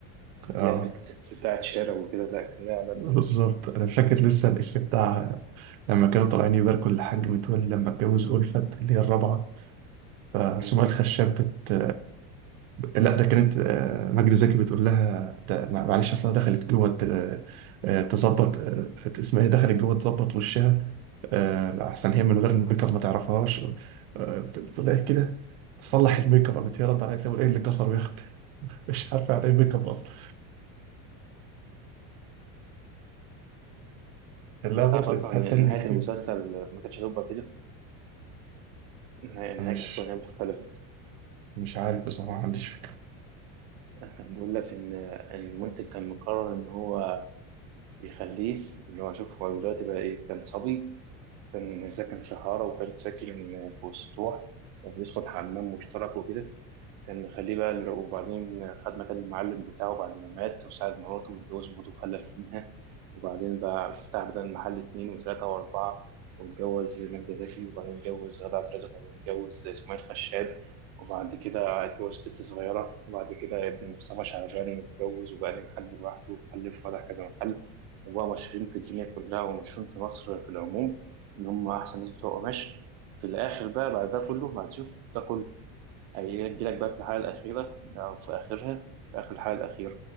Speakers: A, on the right; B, on the right.
A: آه
B: هي ديت ست بتاعت شارع وكده لا كان ليها على الدور
A: بالظبط أنا فاكر لسه الإفيه بتاع لما كانوا طالعين يباركوا للحاج متولي لما اتجوز ألفت اللي هي الرابعة فسمية
B: مم.
A: الخشاب بت لا ده كانت آه، مجدي زكي بتقول لها ده مع- معلش اصلها دخلت جوه ت- آه، تظبط آه، اسمها ايه دخلت جوه تظبط وشها آه، احسن هي من غير الميك اب ما تعرفهاش آه، بت- بتقول لها إيه كده تصلح الميك اب قامت هي رد عليها تقول ايه اللي كسره يا اختي <laughs> مش عارفه يعني ايه ميك اب اصلا كان لها برضه
B: تعرف اصلا
A: افيهات
B: ان
A: تانية
B: نهايه
A: كتير
B: المسلسل ما كانتش هتبقى كده النهايه النهاية
A: انا مش
B: كانت هتكون نهايه مختلفه
A: مش عارف بصراحه ما عنديش فكره
B: كان بيقول لك ان إن المنتج كان مقرر ان هو يخليه اللي هو شوف هو دلوقتي بقى ايه كان صبي كان ساكن في حارة وكان ساكن في سطوح وبيدخل حمام مشترك وكده كان مخليه بقى ال- وبعدين خد مكان المعلم بتاعه بعد ما مات وساعد مراته واتجوز مراته وخلف منها وبعدين بقى فتح بدل المحل اتنين وتلاتة وأربعة واتجوز ماجدة زكي وبعدين اتجوز غادة عبد الرازق وبعدين اتجوز سمية خشاب وبعد كده اتجوز بنت صغيرة وبعد كده ابن مصطفى شعبان اتجوز وبقى ليه محل لوحده وخلف فتح كذا محل وبقى مشهورين في الدنيا كلها ومشهورين في مصر في العموم إن هم أحسن ناس بتوع قماش في الآخر بقى بعد ده كله بعد شوف ده كله هيجي لك بقى في الحالة الأخيرة أو في آخرها في آخر الحالة الأخيرة